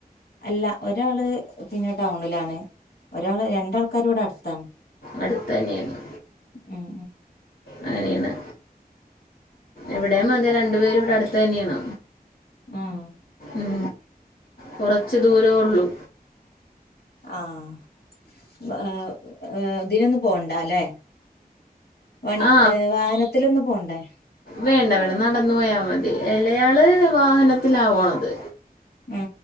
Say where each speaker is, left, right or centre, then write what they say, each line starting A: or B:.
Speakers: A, on the left; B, on the left.
A: അല്ല ഒരാള് പിന്നെ ടൗണിലാണ് ഒരാള് രണ്ടാൾക്കാര് ഇവിടെ അടുത്താണ്
B: അടുത്ത് തന്നെയാണ്
A: ഉം
B: അങ്ങനെയാണ് ഇവിടെ അതെ രണ്ടു പേരും ഇവിടെ അടുത്ത തന്നെയാണ്
A: ആഹ്
B: ഉം കൊറച്ച് ദൂരേ ഉള്ളു
A: ആഹ് വെറെ ഏഹ് ഇതിനൊന്ന പോണ്ടാല്ലേ വ
B: ആ
A: വാഹനത്തില ഒന്ന്പോണ്ടേ
B: വേണ്ട വേണ്ട നടന്നു പോയാ മതി എള്ളയാള് വാഹനത്തിലാ പോണത്
A: ഉം